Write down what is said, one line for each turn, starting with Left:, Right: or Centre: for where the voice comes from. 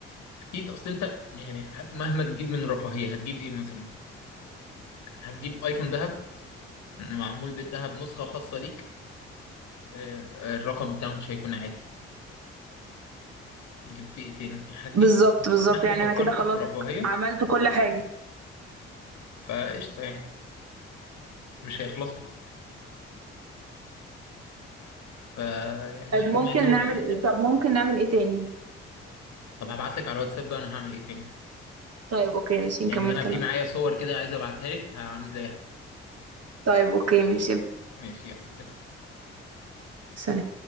Left: اكيد اصل انت يعني مهما تجيب من رفاهيه هتجيب ايه مثلا هتجيب ايفون ذهب معمول بالذهب نسخه خاصه ليك آه، آه، الرقم بتاعه مش هيكون عالي جبت ايه تاني هتجيب
Right: بالظبط
Left: إيه؟
Right: بالظبط
Left: مهما
Right: يعني
Left: فكرت
Right: انا كده خلاص
Left: في رفاهيه
Right: عملت كل حاجة
Left: فقشطه يعني مش هيخلصوا فيعني
Right: طيب
Left: بما
Right: ممكن
Left: انهم
Right: نعمل ايه طب ممكن نعمل ايه تاني
Left: طب هبعت لك على الواتساب بقى انا هعمل ايه تاني
Right: طيب اوكي ماشي
Left: لان
Right: نكمل
Left: انا
Right: كلام
Left: في معايا صور كده عايز ابعتها لك هعمل زيها
Right: طيب اوكي ماشي
Left: ماشي يلا سلام
Right: سلام